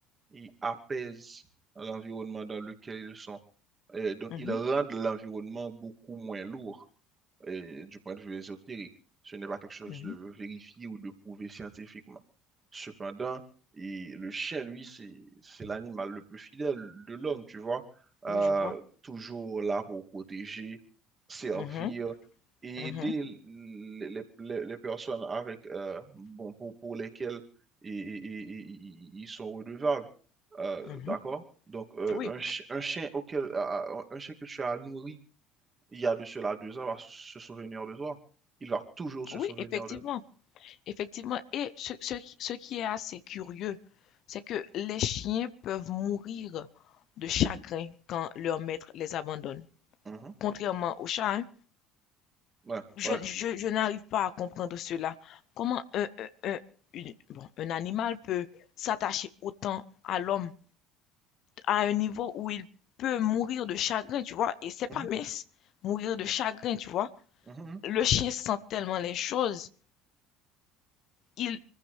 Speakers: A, on the right; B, on the left.
A: ils apaisent l'environnement dans lequel ils sont. Euh, donc,
B: mhm,
A: ils rendent l'environnement beaucoup moins lourd et du point de vue ésotérique. Ce n'est pas quelque chose
B: mhm.
A: de vérifié ou de prouvé scientifiquement. Cependant, et le chien, lui, c'est, c'est l'animal le plus fidèle de l'homme, tu vois, Euh,
B: Oui, je vois.
A: toujours là pour protéger, servir
B: Mhm,
A: et
B: mhm,
A: aider les, les- les- les personnes avec, euh, bon, pour, pour lesquelles i- i- i- i- ils sont redevables. Euh,
B: mhm.
A: d'accord? Donc, euh,
B: Oui,
A: un, chi- un chien auquel, à- à- un chien que tu as nourri, il y a de cela deux ans, va se se souvenir de toi. Il va toujours se
B: oui,
A: souvenir
B: effectivement.
A: de.
B: Effectivement. Et ce, ce qui ce qui est assez curieux, c'est que les chiens peuvent mourir de chagrin quand leur maître les abandonne.
A: Mhm.
B: Contrairement aux chats, hein.
A: Ouais,
B: Je,
A: ouais.
B: je- je n'arrive pas à comprendre cela. Comment un, un- un- une- bon, un animal peut s'attacher autant à l'homme à un niveau où il peut mourir de chagrin, tu vois. Et c'est
A: Mhm,
B: pas mince, mourir de chagrin, tu vois.
A: mhm, mhm.
B: Le chien sent tellement les choses, il,